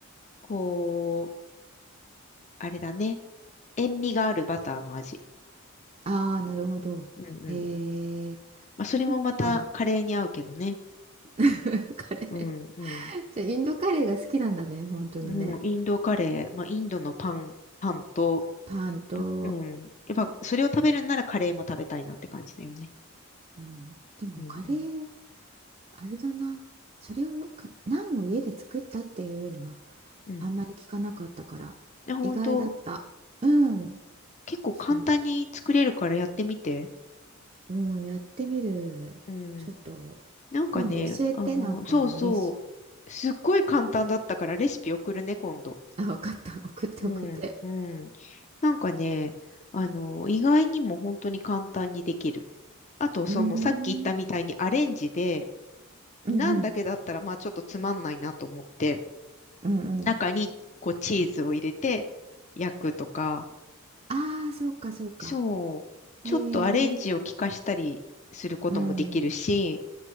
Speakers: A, on the left; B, on the right.
A: こう、あれだね。塩味があるバターの味。
B: ああ、なるほど。
A: うんうん。
B: へえ、
A: まあそれもまたカレーに合うけどね。
B: そっか。<laughs> カレー。
A: うんうん。
B: <laughs> じゃあインドカレーが好きなんだね、本当にね。
A: もうインドカレー、まあ、インドのパン、パンと、
B: パンと、
A: パうん。やっぱ、それを食べるんならカレーも食べたいなって感じだよね。
B: うん、でもカレー、
A: うん、
B: あれだな。それをか、ナンを家で作ったっていうのは
A: うん。うん。
B: あんまり聞かなかったから、
A: で、本当
B: 意外だった。うん、
A: 結構簡単に作れるからやってみて。
B: そう。うん、やってみる。
A: うん。
B: ちょっと、
A: なんかね、
B: 今度教えて、
A: あの、
B: なんかあのレシピ。
A: そうそう。すっごい簡単だったからレシピ送るね、今度。
B: <laughs> あ、わかった。<laughs> 送って送って。
A: うん、うん。なんかね、あの、意外にも本当に簡単にできる。あと、
B: うーん、
A: その、さっき言ったみたいにアレンジで、
B: うんうん、
A: なんだけだったら、まあちょっとつまんないなと思って、
B: うんうん。
A: 中にこうチーズを入れて焼くとか、
B: ああ、そうか、そうか。
A: そう、ちょっとアレンジを効かしたりすることもできるし、
B: へえ、うん、